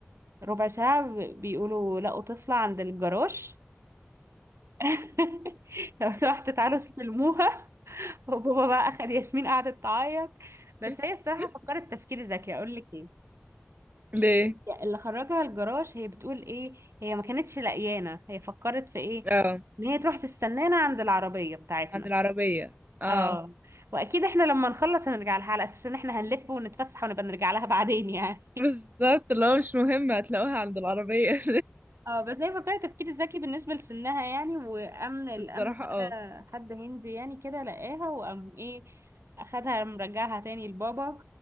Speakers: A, on the right (about 75°); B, on the right (about 40°).
A: ربع ساعة بيقولوا لقوا طفلة عند الجراج <laughs> لو سمحت تعالوا استلموها وبابا بقى اخد ياسمين قعدت تعيط بس
B: <laughs>
A: هي الصراحه فكرت تفكير ذكي اقول لك ايه
B: ليه
A: يعني اللي خرجها الجراج هي بتقول ايه هي ما كانتش لقيانه هي فكرت في ايه
B: اه
A: ان هي تروح تستنانا عند العربيه بتاعتنا
B: عند العربية اه
A: اه واكيد احنا لما نخلص هنرجع لها على اساس ان احنا هنلف ونتفسح ونبقى نرجع لها بعدين يعني
B: بالظبط اللي هو مش مهم هتلاقوها عند العربية
A: اه بس هي فكرة تفكير ذكي بالنسبة لسنها يعني وأمن
B: <laughs>
A: الأمن
B: بصراحة
A: بقى
B: اه
A: حد هندي يعني كده لقاها وقام ايه أخدها مرجعها تاني لبابا